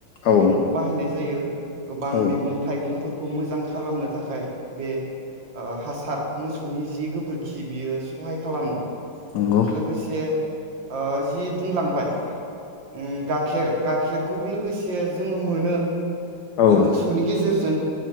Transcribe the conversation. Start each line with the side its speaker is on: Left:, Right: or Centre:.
Left: औ
Right: बेखौ बाहायनाय ज <unintelligible> गोबां
Left: औ
Right: मैगं थाइगंफोर खौ मोजां खालामनो थाखाय बे ओ हासार मोसौनि जि गोबोरखि बियो सहाय खालामो।
Left: नंगौ
Right: लोगोसे ओ जि बुंलांबाय ओम गाखेर गाखेरखौबो लोगोसे जोङो मोनो
Left: औ
Right: ओ मोसौनि गेजेरजों